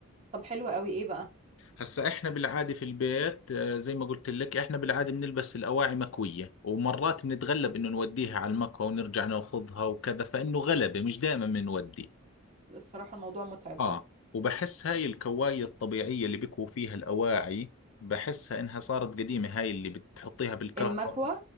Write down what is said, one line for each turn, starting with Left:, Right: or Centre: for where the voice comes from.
Right: طب حلو قوي إيه بقى
Left: هسا احنا بالعادة في البيت آه، زي ما قلت لك احنا بالعادة بنلبس الأواعي مكوية ومرات بنتغلب انه نوديها على المكوى ونرجع ناخذها وكذا فإنه غلبة مش دائما بنودي
Right: الصراحة الموضوع متعب
Left: اه
Right: اه
Left: وبحس هاي الكواية الطبيعية اللي بكوا فيها الأواعي بحسها انها صارت قديمة هاي اللي بتحطيها بالكهرباء
Right: المكوى